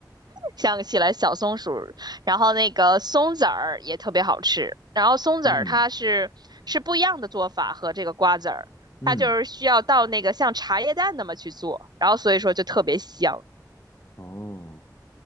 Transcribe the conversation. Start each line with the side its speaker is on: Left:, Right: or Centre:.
Right: 想起来小松鼠，然后那个松子儿也特别好吃。然后松子儿它是是不一样的做法和这个瓜子儿，
Left: 嗯嗯，
Right: 它就是需要到那个像茶叶蛋那么去做，然后所以说就特别香。
Left: 哦。